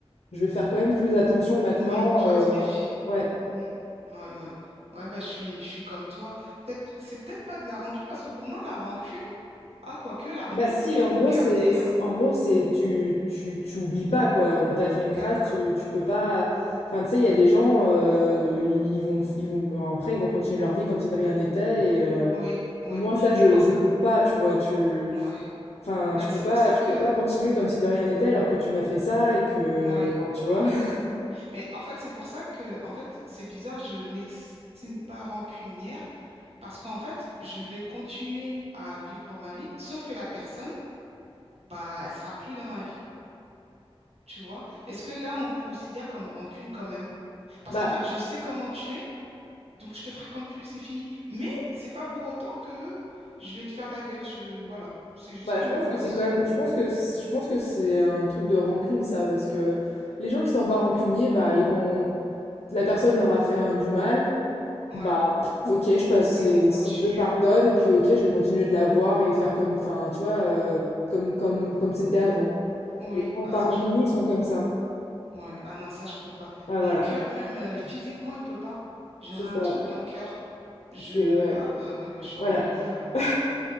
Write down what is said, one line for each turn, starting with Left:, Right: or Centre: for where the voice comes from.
Left: je vais faire quand même plus attention maintenant.
Right: oui, tu
Left: euh,
Right: vas te méfier.
Left: Ouais.
Right: Oui, Ouais, ouais. Ouais, bah je suis je suis comme toi. Peut-être c'est peut-être pas de la rancune parce que pour moi la rancune ah quoique la rancune
Left: Bah si,
Right: c'est un
Left: en
Right: peu
Left: gros
Right: gardé
Left: c'est,
Right: hein.
Left: en gros c'est, tu, tu, tu oublies pas quoi, on t'a fait une
Right: D'accord.
Left: crasse, tu, tu peux pas, enfin tu sais, il y a des gens, euh, ils ils vont, ils vont, après ils vont continuer leur vie comme si de rien n'était et... euh,
Right: Oui, oui.
Left: Moi, ça, je,
Right: Mais en
Left: je
Right: fait
Left: peux pas, tu vois, tu,
Right: ouais.
Left: enfin,
Right: Bah,
Left: tu peux
Right: c'est
Left: pas,
Right: pour ça
Left: tu
Right: que
Left: peux pas continuer comme si de rien n'était alors que tu m'as fait ça et que,
Right: ouais,
Left: enfin, tu vois.
Right: ouais.
Left: <laughs>
Right: Mais en fait, c'est pour ça que, en fait, c'est bizarre, je m'estime pas rancunière parce qu'en fait, je vais continuer à vivre ma vie, sauf que la personne, bah, elle sera plus dans ma vie. Tu vois? Est-ce que là, on considère comme rancune quand même? Parce
Left: Bah,
Right: qu'en fait, je sais comment tu es, donc je te fréquente plus, c'est fini. Mais c'est pas pour autant que je vais te faire la gueule. Je, voilà. C'est juste
Left: bah,
Right: que,
Left: je pense
Right: voilà.
Left: que c'est
Right: c'est-
Left: quand même, je pense que, c- je pense que c'est un truc de rancune, ça, parce que les gens qui sont pas rancuniers, bah, ils vont, la personne leur a fait un, du mal,
Right: Ouais.
Left: bah, pff, ok, je passe,
Right: Ils
Left: c'est-
Right: vont continuer.
Left: c'est- je pardonne et puis ok, je vais continuer de la voir et faire comme, enfin, tu vois, euh, comme, comme, comme c'était avant.
Right: Oui.
Left: Les gens
Right: Ah,
Left: pas
Right: ça,
Left: rancuniers,
Right: je peux pas.
Left: ils sont comme ça.
Right: Ouais, ah non, ça, je peux pas.
Left: Ouais, voilà,
Right: Mon cœur, même euh, physiquement, il peut pas. J'aurais
Left: c'est ça.
Right: un truc dans le cœur. Je...
Left: C'est ouais.
Right: Ah bah oui, bah, je suis
Left: Voilà.
Right: rancunière alors.
Left: <laughs>